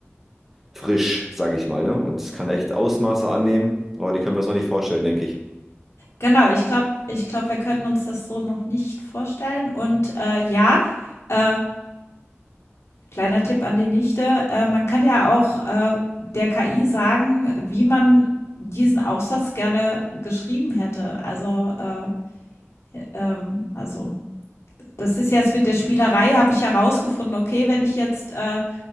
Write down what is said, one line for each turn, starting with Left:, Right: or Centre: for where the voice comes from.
Centre: frisch, sage ich mal, ne? Und es kann echt Ausmaße annehmen, aber die können wir uns noch nicht vorstellen, denke ich.
Left: genau. Ich glaube ich glaube, wir können uns das so noch nicht vorstellen. Und, äh, ja, äh, kleiner Tipp an die Nichte, äh, man kann ja auch, äh, der KI sagen, wie man diesen Aufsatz gerne geschrieben hätte. Also, äh, ja, ähm, also das ist jetzt mit der Spielerei, habe ich herausgefunden, okay, wenn ich jetzt, äh,